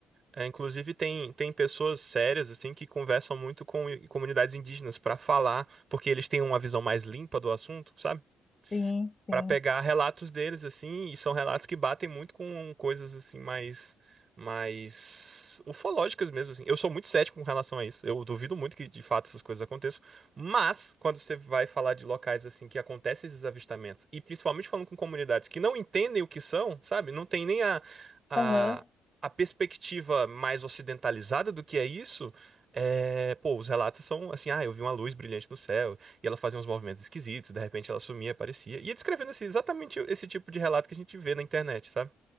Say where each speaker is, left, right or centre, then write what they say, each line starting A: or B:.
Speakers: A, on the right (about 40°); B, on the left (about 25°).
A: É, inclusive tem, tem pessoas sérias assim que conversam muito com i- comunidades indígenas para falar, porque eles têm uma visão mais limpa do assunto, sabe?
B: Sim, sim.
A: para pegar relatos deles assim, e são relatos que batem muito com coisas assim mais mais ufológicas mesmo assim. Eu sou muito cético com relação a isso. Eu duvido muito que de fato essas coisas aconteçam, mas quando você vai falar de locais assim que acontecem esses avistamentos e principalmente falando com comunidades que não entendem o que são, sabe? Não tem nem a a,
B: Aham,
A: a perspectiva mais ocidentalizada do que é isso. É, pô, os relatos são assim, ah, eu vi uma luz brilhante no céu. E ela fazia uns movimentos esquisitos, de repente ela sumia, aparecia. E ia descrevendo esse, exatamente esse tipo de relato que a gente vê na internet, sabe?